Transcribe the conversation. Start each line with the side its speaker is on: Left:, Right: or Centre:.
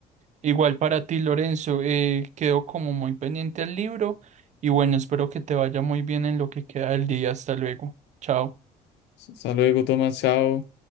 Right: Igual para ti, Lorenzo, eh, quedo como muy pendiente al libro y bueno, espero que te vaya muy bien en lo que queda del día. Hasta luego. Chao.
Left: Hasta luego, Tomás. Chao.